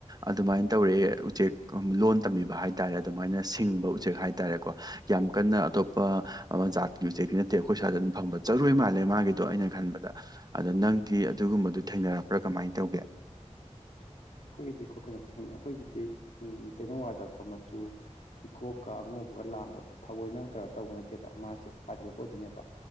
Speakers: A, on the right; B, on the left.
A: ꯑꯗꯨꯃꯥꯏꯅ ꯇꯧꯔꯦ ꯎꯆꯦꯛ ꯂꯣꯟ ꯇꯝꯕꯤꯕ ꯍꯥꯏ ꯇꯔꯦ ꯑꯗꯨꯃꯥꯏꯅ ꯁꯤꯡꯕ ꯎꯆꯦꯛ ꯍꯥꯏ ꯇꯔꯦꯀꯣ ꯌꯥꯝ ꯀꯟꯅ ꯑꯇꯣꯞꯄ ꯑꯃ ꯖꯥꯠꯀꯤ ꯎꯆꯦꯛꯇꯤ ꯅꯠꯇꯦ ꯑꯈꯣꯏ ꯁ꯭ꯋꯥꯏꯗ ꯑꯗꯨꯝ ꯐꯪꯕ ꯆꯔꯣꯏ ꯃꯥꯜꯂꯦ ꯃꯥꯒꯤꯗꯣ ꯑꯩꯅ ꯈꯟꯕꯗ ꯑꯗ ꯅꯪꯗꯤ ꯑꯗꯨꯒꯨꯝꯕꯗꯨ ꯊꯦꯡꯅꯔꯛꯄ꯭ꯔꯥ ꯀꯃꯥꯏ ꯇꯧꯒꯦ
B: <unintelligible> ꯑꯈꯣꯏꯒꯤꯗꯤꯀꯣ ꯀꯩꯅꯣ ꯊꯦꯡ ꯑꯈꯣꯏꯒꯤꯗꯤ ꯎꯝ ꯇꯦꯅꯋꯥꯗꯀꯣ ꯃꯆꯨ ꯍꯤꯒꯣꯛꯀ ꯑꯉꯧꯕꯒ ꯂꯥꯡꯕꯗꯣ ꯊꯑꯣꯏꯅ ꯀꯩꯅꯣ ꯇꯧꯕ ꯅꯠꯇꯦꯕ ꯃꯥꯁꯦ ꯄꯥꯏꯊꯣꯔꯛꯄꯑꯣꯏꯗꯣꯏꯅꯦꯕ